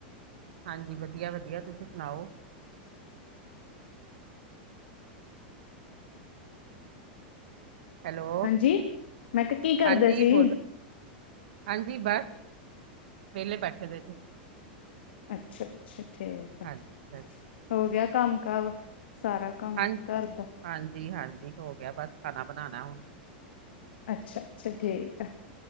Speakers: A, on the right; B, on the left.
A: ਹਾਂਜੀ, ਵਦੀਆ-ਵਦੀਆ ਤੁਸੀਂ ਸਨਾਓ? ਹੈਲੋ-
B: ਹਾਂਜੀ ਮੈਂ ਕਿਹਾ ਕੀ ਕਰਦੇ
A: ਹਾਂਜੀ
B: ਸੀ
A: ਬੋਲੋ। ਹਾਂਜੀ, ਬਾਸ ਵੇਲੇ ਬੈਠੇ ਦੇ ਸੀ।
B: ਅੱਛਾ-ਅੱਛਾ ਠੀਕ ਆ,
A: ਹਾਂਜੀ ਸਰ।
B: ਹੋ ਗੇਆ ਕੰਮ ਕਾਰ ਸਾਰਾ? ਕੰਮ
A: ਹਾਂਨ
B: ਘਰ ਦਾ
A: ਹਾਂਜੀ-ਹਾਂਜੀ, ਹੋ ਗੇਆ ਬਸ ਖਾਨਾ ਬਨਾਨੈ ਹੁਨ।
B: ਅੱਛਾ-ਅੱਛਾ ਠੀਕ ਆ,